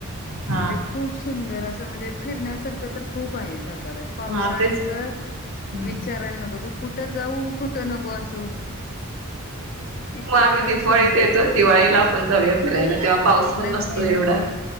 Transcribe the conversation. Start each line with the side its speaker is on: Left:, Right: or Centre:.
Right: हा
Left: म्हणजे खूप सुंदर असं, म्हणजे फिरण्यासारखं तर. खूप आहे जात. पावसाळ्यात
Right: हा तेच की
Left: तर
Right: हम्म
Left: विचारायला नको तू. कुठं जाऊ कुठ. नकोवास. इतक
Right: मग आम्ही दिपावळीत
Left: सुंदर
Right: येतो दिवाळीला आपण जाऊया फिरायला तेव्हा पाऊस पण
Left: नक्की
Right: नसतो
Left: नक्की,
Right: एवढा.